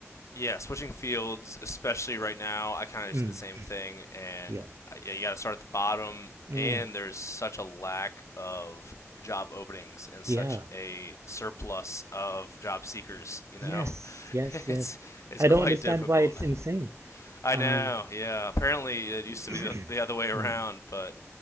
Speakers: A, on the left; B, on the right.
A: yeah, switching fields, especially right now, I kind of just
B: Mm,
A: do the same thing, and
B: yeah.
A: uh, yeah, you got to start at the bottom.
B: Mm,
A: And there's such a lack of job openings and
B: yeah.
A: such a surplus of job seekers. You
B: Yes,
A: know, <laughs>
B: yes,
A: it's
B: yes.
A: it's
B: I
A: quite
B: don't understand
A: difficult.
B: why it's insane.
A: I
B: Um,
A: know. Yeah. Apparently, it used
B: <clears throat>
A: to be the, the other way around,
B: mm,
A: but